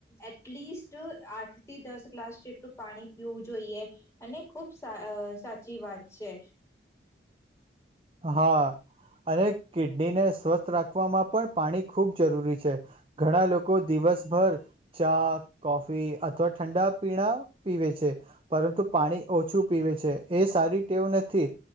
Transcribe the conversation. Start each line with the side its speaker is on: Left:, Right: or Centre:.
Left: એટલીસ્ટ આઠ થી દસ ગ્લાસ જેટલું પાણી પીવું જોઈએ અને ખૂબ સાચી વાત છે
Right: હા અને કિડનીને સ્વસ્થ રાખવામાં પણ પાણી ખૂબ જરૂરી છે ઘણા લોકો દિવસભર ચા કોફી અથવા ઠંડા પીણા પીવે છે પરંતુ પાણી ઓછું પીવે છે એ સારી ટેવ નથી